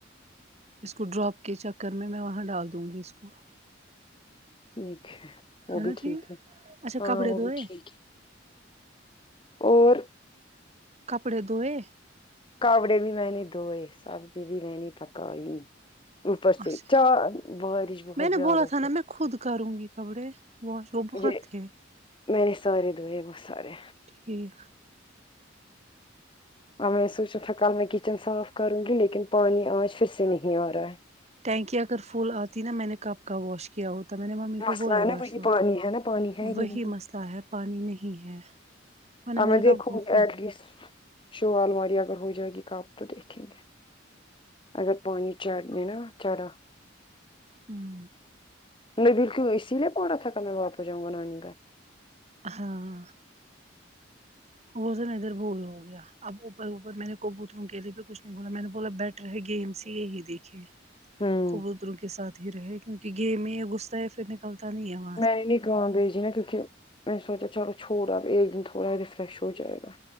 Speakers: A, on the right; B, on the left.
A: اس کو ڈراپ کے چکر میں میں وہاں ڈال دوں گی اس کو
B: ٹھیک ہے وہ
A: ہے نا
B: بھی ٹھیک ہے
A: اچھا
B: ہاں
A: کپڑے
B: وہ
A: دھوئے
B: بھی ٹھیک ہے اور
A: کپڑے دھوئے
B: کپڑے بھی میں نے دھوئے سبزی بھی میں نے پکائی اوپر سے
A: اچھا
B: چار بارش بہت
A: میں نے
B: زیادہ
A: بولا تھا نا میں خود کروں گی کپڑے واش وہ بہت
B: جی
A: تھے
B: میں نے سارے دوئے بس سارے
A: ٹھیک
B: میں سوچا تھا کل میں کچن صاف کروں گی لیکن پانی آج پھر سے نہیں آ رہا ہے
A: ٹینکی اگر پھول آتی نا میں نے کب کا واش کیا ہوتا میں نے ممی کو
B: مسئلہ
A: بولا
B: ہے نا
A: پرسو
B: وہی پانی ہے نا پانی ہے ہی
A: وہی
B: نہیں
A: مسئلہ ہے پانی نہیں ہے ورنہ
B: اب میں
A: نے کب
B: دیکھو
A: کو اس
B: گی
A: کو
B: ایٹ لسٹ شالماری اگر ہو جائے گی کپ تو دیکھیں گے اگر پانی چاڈ میں نہ چڑا
A: ہمم
B: میں بالکل اسی لیے پڑا تھا میں واپس جؤں گا نانی کن
A: ہاں وہ ذرا ادھر بول ہو گیا اب اوپر اوپر میں نے کبوتروں کے لیے بھی کچھ نہیں بولا میں نے بولا بیٹر ہے گیم سے یہی دیکھے
B: ہوں
A: کبوتروں کے ساتھ ہی رہے کیونکی گیمز میں یے گھستا ہے پھر نکلتا نہیں ہے ہم
B: میں نے نہیں گان بیھجنا کیونکی میں نے سوچا چلو چھوڑ آب ایک دن تھوڑا ریفریش ہو جائے گا